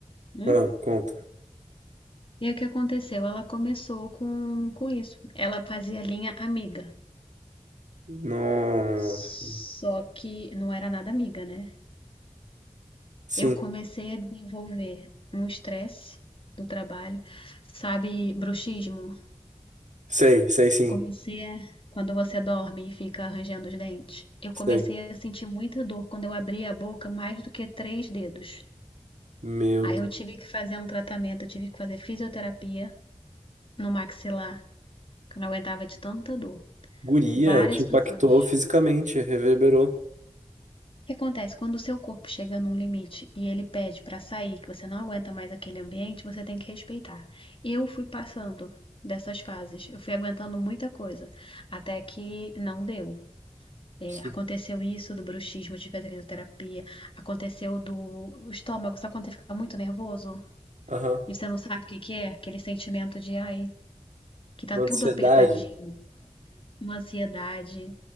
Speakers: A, on the left (about 45°); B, on the right (about 80°).
A: Hum?
B: Ah, conta.
A: E aí o que aconteceu? Ela começou com, com isso. Ela fazia linha amiga.
B: Nossa.
A: Só que não era nada amiga, né?
B: Sim,
A: Eu comecei a desenvolver um estresse do trabalho, sabe, bruxismo.
B: sei, sei sim.
A: Comecei a, quando você dorme e fica arranjando os dentes. Eu
B: Sei.
A: comecei a sentir muita dor quando eu abria a boca mais do que três dedos.
B: Meu
A: Aí
B: Deus.
A: eu tive que fazer um tratamento, eu tive que fazer fisioterapia no maxilar, que eu não aguentava de tanta dor.
B: Guria,
A: Várias
B: te
A: situações.
B: impactou fisicamente, reverberou.
A: O que acontece? Quando o seu corpo chega num limite e ele pede para sair, que você não aguenta mais aquele ambiente, você tem que respeitar. Eu fui passando dessas fases, eu fui aguentando muita coisa, até que não deu. É,
B: Sim.
A: aconteceu isso do bruxismo, de fazer fisioterapia, aconteceu do estômago, só quando você fica muito nervoso
B: Aham.
A: e você não sabe o que que é? Aquele sentimento de, ai, que tá
B: Uma
A: tudo
B: ansiedade.
A: apertadinho, uma ansiedade.